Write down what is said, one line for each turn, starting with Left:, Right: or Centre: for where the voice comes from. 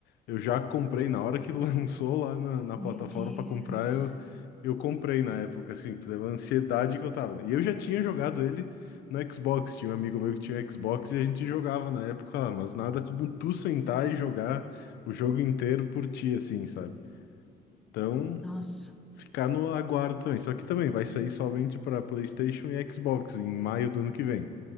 Left: Eu já comprei na hora que <laughs> lançou lá na, na
Centre: Meu
Left: plataforma
Centre: Deus.
Left: para comprar. Eu, eu comprei na época, assim, pela ansiedade que eu tava. né? E eu já tinha jogado ele no Xbox. Tinha um amigo meu que tinha Xbox e a gente jogava na época lá, mas nada como tu sentar e jogar o jogo inteiro por ti, assim, sabe? Então,
Centre: Nossa.
Left: ficar no aguardo também. Só que também vai sair somente para PlayStation e Xbox em maio do ano que vem.